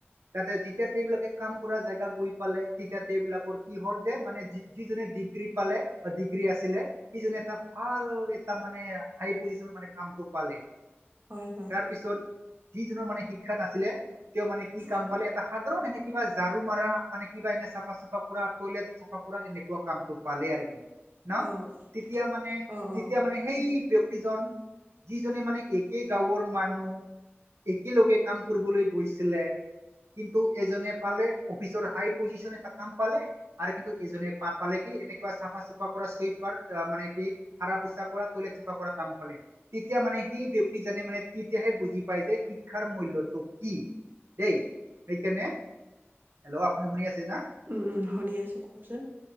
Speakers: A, on the right (about 75°); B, on the right (about 45°).
A: তাৰপাছত যেতিয়া বিলাকে কাম কৰা জেগা গৈ পালে তেতিয়া তেবলাকৰ কি হল যে মানে যিজনে দি। পালে ডিগ্ৰী আ স এটা ভাল এটা মানে হি মানে কামটো পালে
B: হয় হয়
A: তাৰ পিছত যিজনৰ মানে শিক্ষা নাছিলে তেওঁ মানে কি
B: উম,
A: কাম পালে এটা সাধাৰণ সেনে কিবা ঝাৰু মাৰা মানে কিবা এনে চাফা চুফা কৰা টইলেট চাফা কৰা এনেকুৱা কামটো পালেই আৰু কি ন
B: অ',
A: তেতিয়া মানে
B: অ',
A: তেতিয়া
B: অ',
A: মানে সেই। ব্যক্তিজন যিজনে মানে একে গাঁৱৰ মানুহ একেলগে কাম কৰিবলৈ গৈছিলে কিন্তু এজনে পালে অফিচৰ হাই পজিশনে এটা কাম পালে আৰু কিন্তু এজনে প পালে কি এনেকুৱা চাফা চাফা চোইপাৰ মানে কি হাৰা পোছা কৰা তইলেট চফা কৰা কাম পালে তেতিয়া মানে সেই ব্যক্তি মানে তেতিয়াহে বুজি পাই যে শিক্ষাৰ মূল্যটো কি দেই সেইকাৰণে হেল্ল' আপুনি শুনি আছে না
B: উম উম শুনি আছো কওকচোন